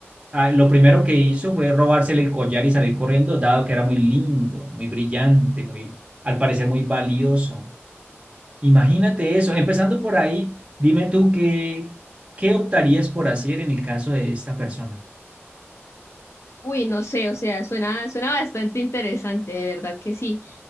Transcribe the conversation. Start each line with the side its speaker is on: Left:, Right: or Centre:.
Right: ah, lo primero que hizo fue robársele el collar y salir corriendo, dado que era muy lindo, muy brillante, muy, al parecer muy valioso. Imagínate eso. Empezando por ahí, dime tú qué, qué optarías por hacer en el caso de esta persona.
Left: Uy, no sé, o sea, suena, suena bastante interesante, de verdad que sí.